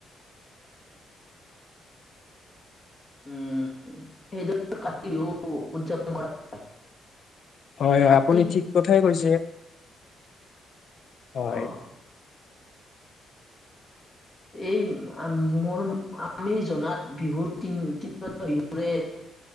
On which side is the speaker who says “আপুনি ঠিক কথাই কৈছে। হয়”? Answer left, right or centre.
Left